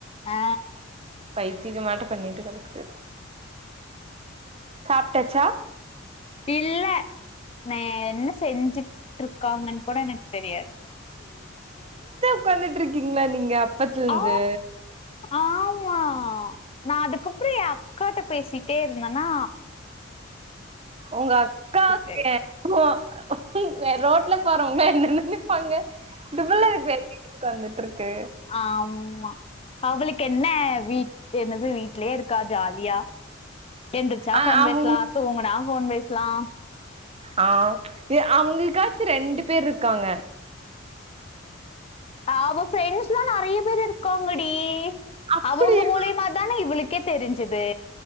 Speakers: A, on the left; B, on the right.
A: ஆ,
B: பைத்திகமாட்ட பண்ணிட்டு கடக்குது சாப்ட்டாச்சா
A: இல்ல நா என்ன செஞ்சு ட்ருக்காங்கன்னு கூட எனக்கு தெரியாது
B: உக்காந்துட்ருக்கீங்களா நீங்க அப்பத்துலருந்து
A: ஆ, ஆமா நா அதுக்கப்பற ஏ அக்காட்ட பேசிட்டே இருந்தன்னா
B: உங்க அக்கா <inaudible>
A: தெரியல
B: வேற ரோட்ல போறவங்க என்ன நெனைப்பாங்க இந்த புள்ள இதுக்கு வெளட்டுக்கு உக்காந்துட்ருக்கு
A: ஆம்மா அவளுக்கு என்ன வீட் என்னது வீட்லயே இருக்கா ஜாலியா என்திருச்சா
B: அ-
A: ஃபோன்
B: அவங்க
A: பேசலா தூங்னா ஃபோன் பேசலா
B: ஆ அவங்களுக்காச்சு ரெண்டு பேர் இருக்காங்க
A: அவ ஃப்ரெண்ட்ஸ்லா நறைய பேர் இருக்காங்கடி
B: அப்படியா
A: அவங்க மூலியமா தானே இவளுக்கே தெரிஞ்சுது